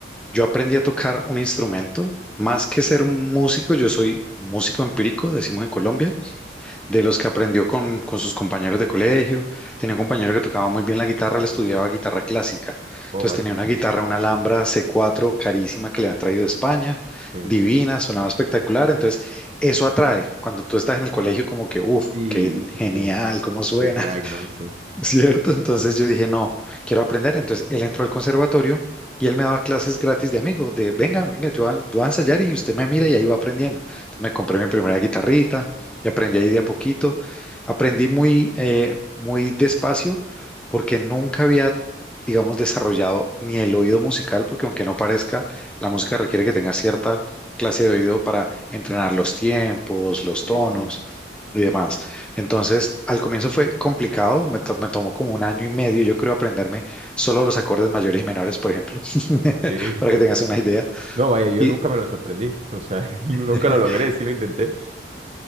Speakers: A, in the centre; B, on the right.
A: Yo aprendí a tocar un instrumento. Más que ser un músico, yo soy músico empírico, decimos en Colombia, de los que aprendió con, con sus compañeros de colegio. Tenía un compañero que tocaba muy bien la guitarra, él estudiaba guitarra clásica. Entonces
B: Oh, vaya.
A: tenía una guitarra, una Alhambra c cuatro carísima que le han traído de España,
B: Sí.
A: divina, sonaba espectacular. Entonces eso atrae. Cuando tú estás en el colegio, como que, uff,
B: Sí,
A: qué
B: <laughs> sí,
A: genial,
B: sí.
A: cómo suena.
B: Qué crack, ¿no? Sí.
A: ¿cierto? Entonces yo dije, no, quiero aprender. Entonces él entró al conservatorio y él me daba clases gratis de amigo, de venga, venga, yo voy a, yo voy a ensayar y usted me mira y ahí va aprendiendo. Entonces me compré mi primera guitarrita y aprendí ahí de a poquito. Aprendí muy, eh, muy despacio porque nunca había, digamos, desarrollado ni el oído musical, porque aunque no parezca, la música requiere que tenga cierta clase de oído para entrenar los tiempos, los
B: Sí,
A: tonos
B: sí,
A: y demás. Entonces, al comienzo fue complicado, me, to- me tomó como un año y medio, yo creo, aprenderme solo los acordes mayores y menores, por ejemplo, <laughs>
B: sí,
A: para
B: sí.
A: que tengas una idea,
B: No, vaya, yo
A: y,
B: nunca me los aprendí. O sea, <laughs> nunca
A: <laughs>
B: lo logré, sí lo intenté.